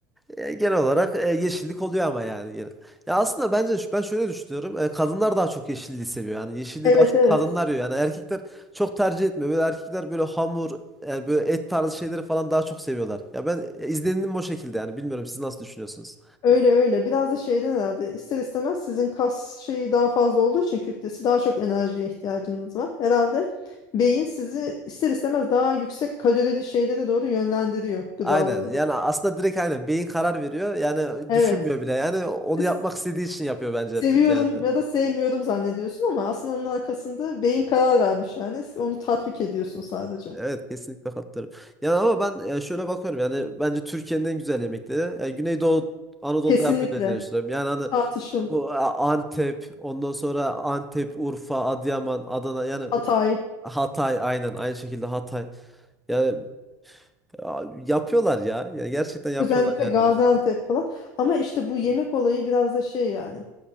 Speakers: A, in the centre; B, on the left.
A: E, genel olarak e, yeşillik oluyor ama yani gene. Ya aslında bence ş- ben şöyle düşünüyorum. E, kadınlar daha çok yeşilliği seviyor. Yani yeşilliği
B: Evet
A: daha çok
B: evet.
A: kadınlar yiyor. Yani erkekler çok tercih etmiyor. Böyle erkekler böyle hamur, yani böyle et tarzı şeyleri falan daha çok seviyorlar. Ya ben e, izlenimim o şekilde yani. Bilmiyorum siz nasıl düşünüyorsunuz?
B: Öyle öyle. Biraz da şeyden herhalde ister istemez sizin kas şeyi daha fazla olduğu için kütlesi daha çok enerjiye ihtiyacınız var. Herhalde beyin sizi ister istemez daha yüksek kalorili şeylere doğru yönlendiriyor gıdalara
A: Aynen. Yani
B: doğru.
A: aslında direkt aynen beyin karar veriyor. Yani
B: Evet.
A: düşünmüyor bile. Yani onu
B: Siz
A: yapmak istediği için yapıyor bence
B: seviyorum
A: erkek yani.
B: ya da sevmiyorum zannediyorsun ama aslında onun arkasında beyin karar vermiş yani. Siz Onu tatbik ediyorsun sadece.
A: Evet kesinlikle katılıyorum. Yani ama ben e, şöyle bakıyorum yani bence Türkiye'nin en güzel yemekleri yani Güneydoğu Anadolu'da
B: Kesinlikle.
A: yapılıyor diye düşünüyorum. Yani hani
B: Tartışın.
A: bu e, Antep, ondan sonra Antep, Urfa, Adıyaman, Adana yani
B: Hatay.
A: Hatay aynen aynı şekilde Hatay. Yani a, yapıyorlar ya. Yani gerçekten yapıyorlar
B: Özellikle
A: yani.
B: Gaziantep falan. Ama işte bu yemek olayı biraz da şey yani.